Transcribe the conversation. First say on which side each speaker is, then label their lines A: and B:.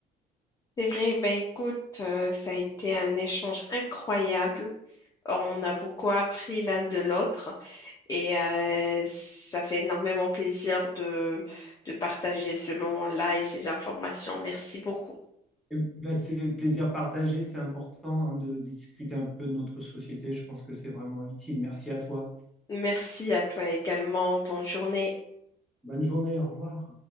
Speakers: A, on the left; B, in the centre.
A: C'est vrai, ben écoute, euh, ça a été un échange incroyable. On a beaucoup appris l'un de l'autre et euh, ça fait énormément plaisir de, de partager ce moment-là et ces informations. Merci beaucoup.
B: Et ben, c'est le plaisir partagé. C'est important, hein, de discuter un peu de notre société. Je pense que c'est vraiment utile. Merci à toi.
A: Merci à toi également. Bonne journée.
B: Bonne journée. Au revoir.